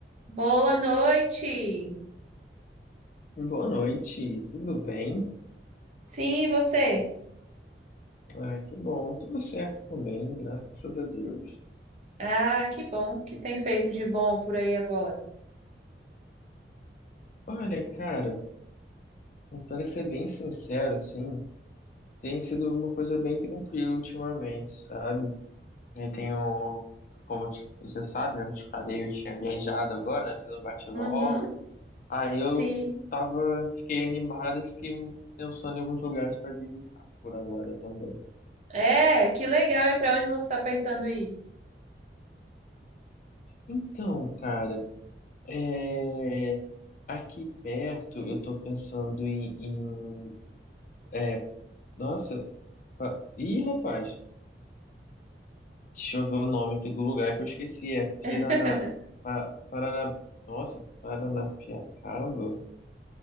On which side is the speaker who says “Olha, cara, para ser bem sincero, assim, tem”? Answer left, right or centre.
Left